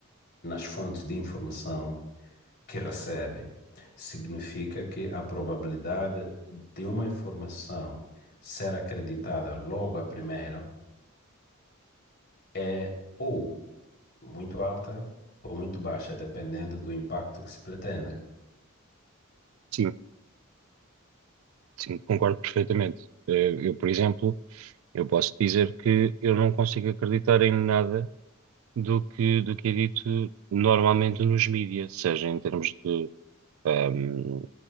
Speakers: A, on the left (about 50°); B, on the right (about 70°).
A: nas fontes de informação que recebe, significa que a probabilidade de uma informação ser acreditada logo à primeira é ou muito alta ou muito baixa, dependendo do impacto que se pretende.
B: sim, sim, concordo perfeitamente. Eh, Eu, por exemplo, eu posso dizer que eu não consigo acreditar em nada do que, do que é dito normalmente nos mídias, seja em termos de ahm,